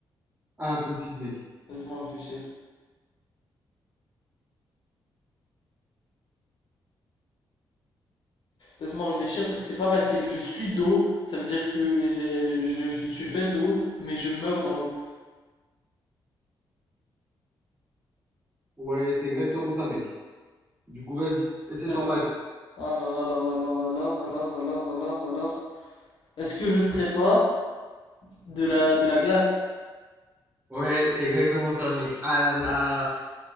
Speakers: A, on the right; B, on the left.
A: Impossible, mec.
B: Laisse-moi réfléchir. Laisse-moi réfléchir parce que c'est pas facile. Je suis d'eau, ça veut dire que j'ai- je, je suis fait d'eau, mais je meurs dans l'eau.
A: Ouais, c'est exactement ça, mec. Du coup, vas-y. Et c'est
B: Alors,
A: ton max.
B: alors, alors, alors, alors, alors, alors, alors, alors. Est-ce que je serais pas de la, de la glace?
A: Ouais, c'est exactement ça, mec. Ah là là.